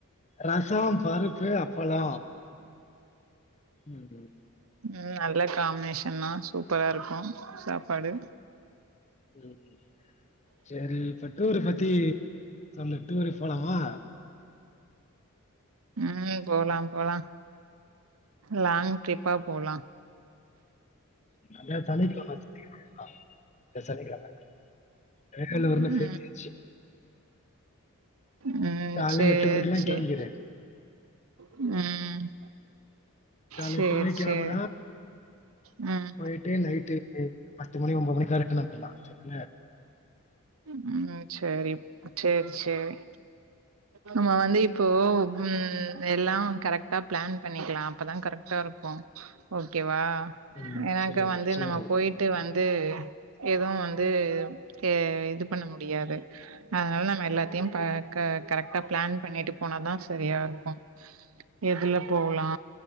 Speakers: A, on the left; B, on the right.
A: ரசோ பருப்பு அப்பளோ ம் ம்
B: ம் நல்ல காம்னேஷன்னா சூப்பரா இருக்கு சாப்பாடு
A: ம் சேரி இப்ப டூரு பத்தி சொல்லு டூரு போலாமா
B: ம் போலா போலா லாங் ட்ரிப்பா போலா
A: அதே தானே போட்டு வச்சுருந்தாங்க இந்த சனிக்கிழம வேலூர்னு
B: ம்
A: பேசியாச்சு
B: ம்
A: கால்ல
B: சேர்
A: எட்டு மணிக்குல்லா
B: சேர்
A: கெளம்பிரு
B: ம்
A: கால
B: சேரி
A: எட்டு மணிக்கு கெளம்புனா
B: சேரி ம்
A: போய்ட்டு நைட்டு பத்து மணி ஒம்பது மணிக்குல ரிட்டன் வந்துர்லா சட்னு
B: ம் சேரி சேரி சேரி நம்ம வந்து இப் இப்போ ஹும் எல்லா கரெக்ட்டா ப்ளான் பண்ணிக்கலா அப்பதா கரெக்ட்டா இருக்கு ஓகேவா
A: ம்
B: எனக்கு
A: சேரி
B: வந்து
A: சேரி
B: நம்ம பொயிட் ட்டு வந்து எதுவு வந்து எ இது பண்ண முடியாது அதுனால நம்ம எல்லாத்தையு பா க்க கரெக்ட்டா ப்ளான் பண்ணிட்டு போனா தா சரியா இருக்கு எதுல போவலா